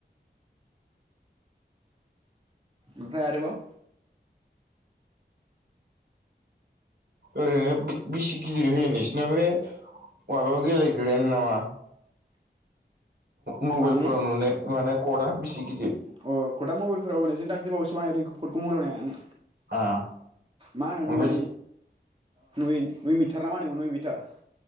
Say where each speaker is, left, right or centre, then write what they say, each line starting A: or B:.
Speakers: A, on the right; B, on the right.
A: ओमफ्राय आरोबाव
B: ओरैनो बिसि गिदिर होयो नोंसोरनााव बे माबायाव गेलेग्रायानो नामा मबाइलफोराव
A: माने
B: नुनाय माने कर्टा बिसे गिदिर
A: अ कटआ मबाइलफोराव जों दाखालिबावैसो बानायदों कर्टखौ मबेलाव नायनानै
B: ओ
A: मा होनो
B: ओमफ्राय
A: नय नय मिटार ना मा होनोमोन नय मि <inaudible>